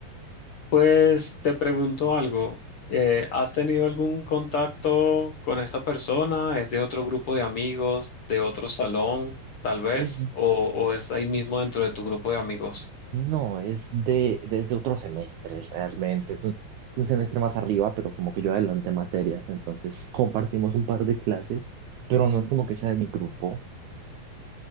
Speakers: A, on the left (about 70°); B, on the right (about 80°).
A: Pues te pregunto algo. Eh, ¿has tenido algún contacto con esa persona? ¿Es de otro grupo de amigos, de otro salón, tal vez?
B: Es
A: ¿O, o es ahí mismo dentro de tu grupo de amigos?
B: No, es de, desde otro semestre realmente. Es un, es un semestre más arriba, pero como que yo adelanté materias, entonces compartimos un par de clases, pero no es como que sea de mi grupo.